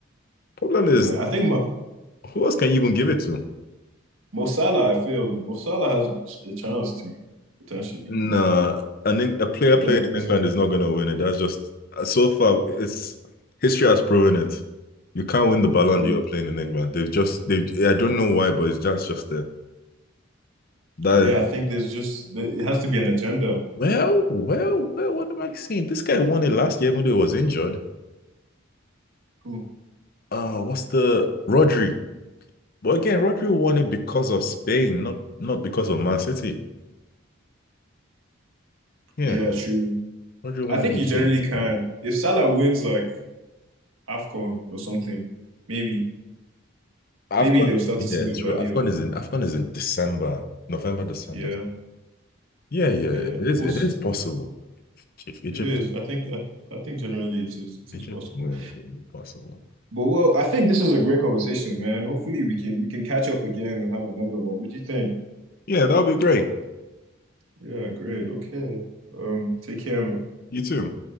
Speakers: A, on the left; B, on the right.
A: Problem
B: Yeah,
A: is,
B: I think my
A: who else can you even give
B: I
A: it to?
B: Mo Salah, I feel Mo Salah has a, a chance to potentially.
A: Nah, an Eng- a player
B: You
A: playing
B: don't think
A: in
B: so?
A: England is not going to win it. That's just so far. It's history has proven it. You can't win the Ballon
B: True.
A: d'Or playing in England. They've just they. I don't know why, but it's just just there. That
B: Yeah, I think there's just there- it has to be an agenda.
A: well, well, well. What am I saying? This guy won it last year, even though he was injured.
B: Ooh.
A: Uh, what's the Rodri? But again, Rodri won it because of Spain, not not because of Man City. Yeah,
B: Yeah, true.
A: Rodri won
B: I think
A: it because
B: you generally can.
A: of
B: If Salah wins like AFCON or something, maybe
A: AFCON.
B: maybe they'll start
A: Yeah,
B: to see the
A: it's
B: value
A: true. AFCON
B: of
A: is in AFCON is in December, November, December.
B: yeah,
A: Yeah,
B: yeah.
A: yeah, it is.
B: We'll,
A: It
B: s-
A: is possible. If Egypt,
B: it is. I think I, I think generally it is it
A: Egypt
B: is possible.
A: wins, it will be possible.
B: But well, I think this is a great conversation, man. Hopefully we can we can catch up again and have another one. What do you think?
A: Yeah, that would be great.
B: Yeah, great. Okay. Um, take care, man.
A: You too.